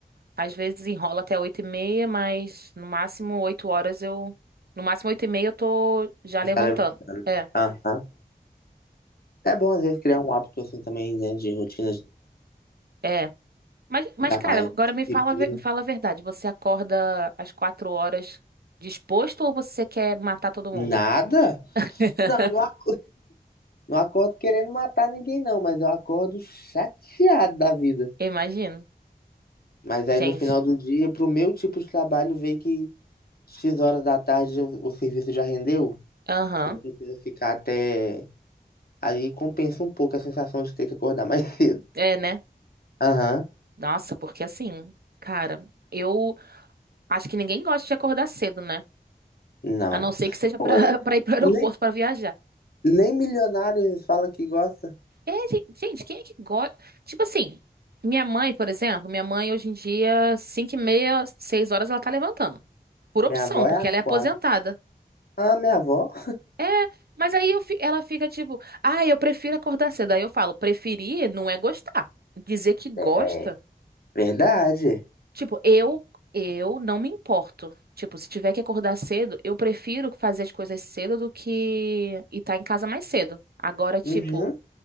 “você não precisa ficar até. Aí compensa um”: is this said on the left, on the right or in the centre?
Left